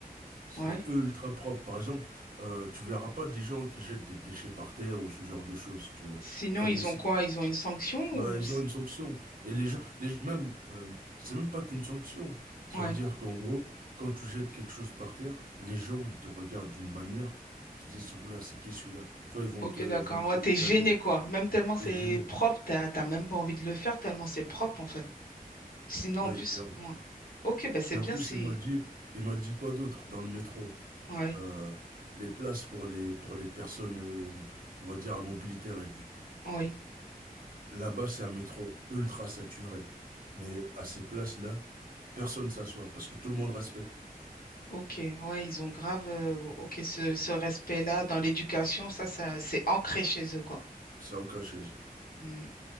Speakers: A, on the right; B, on the left.
A: C'est
B: Ouais.
A: ultra propre. Par exemple, euh, tu verras pas des gens qui jettent des déchets par terre ou ce genre de choses, tu vois.
B: Sinon,
A: Comme
B: ils
A: ici.
B: ont quoi? Ils ont une sanction
A: Bah,
B: ou
A: ils
B: s-
A: ont une sanction. Et les gens, les, même, euh, c'est même pas qu'une sanction. Ça
B: Ouais.
A: veut dire qu'en gros, quand tu jettes quelque chose par terre, les gens, ils te regardent d'une manière, ils se disent, oula, c'est qui celui-là? Tu vois, ils vont
B: Ok,
A: te,
B: d'accord.
A: ils vont t'effusager,
B: Ouais, t'es gêné, quoi. Même tellement c'est
A: t'es gêné.
B: propre, t'as t'as même pas envie de le faire, tellement c'est propre, en fait. Sinon,
A: Oui,
B: en plus,
A: et en,
B: ouais. Ok, bah c'est
A: et
B: bien
A: en plus,
B: si.
A: il m'a dit, il m'a dit quoi d'autre dans le métro?
B: Ouais,
A: Euh, les places pour les, pour les personnes, euh, on va dire, à mobilité réduite.
B: oui.
A: Là-bas, c'est un métro ultra saturé. Mais à ces places-là, personne ne s'assoit parce que tout le monde respecte.
B: Ok, ouais, ils ont grave. euh, ok, ce, ce respect-là dans l'éducation, ça, ça, c'est ancré chez eux, quoi.
A: C'est ancré chez eux.
B: Hmm.